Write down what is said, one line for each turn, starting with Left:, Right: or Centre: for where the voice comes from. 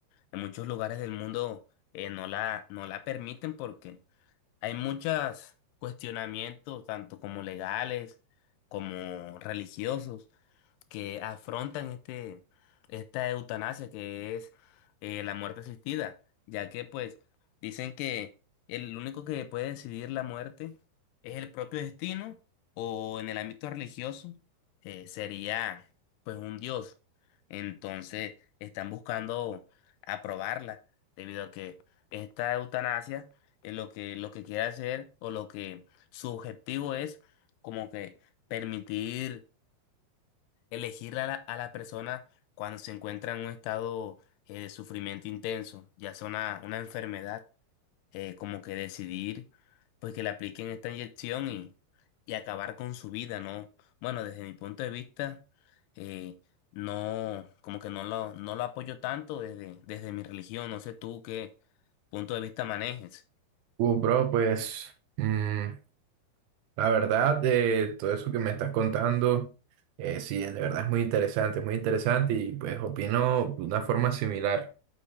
Left: En muchos lugares del mundo eh, no la, no la permiten porque hay muchos cuestionamientos, tanto como legales como religiosos, que afrontan este, esta eutanasia que es eh, la muerte asistida, ya que pues dicen que el único que puede decidir la muerte es el propio destino o en el ámbito religioso eh, sería pues un dios. Entonces están buscando aprobarla debido a que esta eutanasia eh, lo que, lo que quiere hacer o lo que su objetivo es como que permitir elegir a la, a la persona cuando se encuentra en un estado eh, de sufrimiento intenso, ya sea una, una enfermedad, eh, como que decidir pues que le apliquen esta inyección y, y acabar con su vida, ¿no? Bueno, desde mi punto de vista, eh, no, como que no lo, no lo apoyo tanto desde, desde mi religión, no sé tú qué punto de vista manejes.
Right: Uh, bro, pues. mm, La verdad, de todo eso que me estás contando, eh, sí, de verdad es muy interesante, es muy interesante y pues opino de una forma similar.